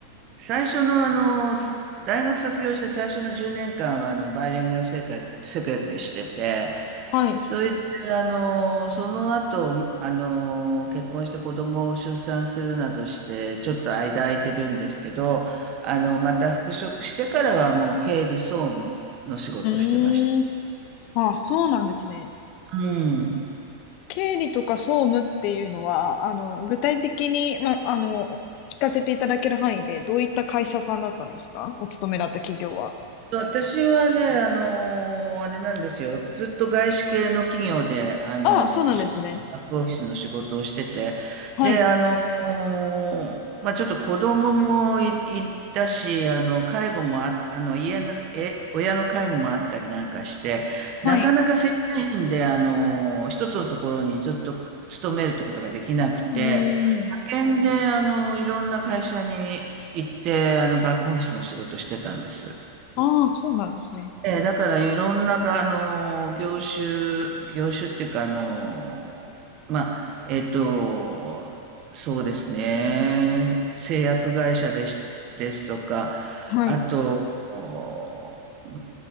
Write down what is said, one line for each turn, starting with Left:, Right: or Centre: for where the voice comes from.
Right: 最初のあの、そ大学卒業して最初の10年間はあの、バイリンガルセクレタリーセクレタリーしてて、
Left: はい。
Right: それで、あの、その後、あの、結婚して子供を出産するなどして、ちょっと間空いてるんですけど、あの、また復職してからはもう経理総務の仕事をしてました。
Left: うーん。あ、そうなんですね。
Right: うん。
Left: 経理とか総務っていうのは、あの、具体的に、ま、あの、聞かせていただける範囲で、どういった会社さんだったんですかお勤めだった企業は。
Right: 私はね、あのーあれなんですよ。ずっと外資系の企業で、あのーそうバックオフィスの仕事をしてて、
Left: ああ、そうなんですね。はい、
Right: で、あのーまあ、ちょっと子供もい、いたし、あの、介護もあ、あの、家の、え、親の介護もあったりなんかして、なかなか正社員で、
Left: はい。
Right: あのー一つのところにずっと勤めるってことができなくて、
Left: うーん。
Right: 派遣で、あのいろんな会社に行って、あの、バックオフィスの仕事してたんです。
Left: ああ、そうなんですね。
Right: ええ、だからいろんなが、あの、業種、業種っていうか、あの、まあ、えっと、そうですね、製薬会社です、ですとか、
Left: はい。
Right: あと、おう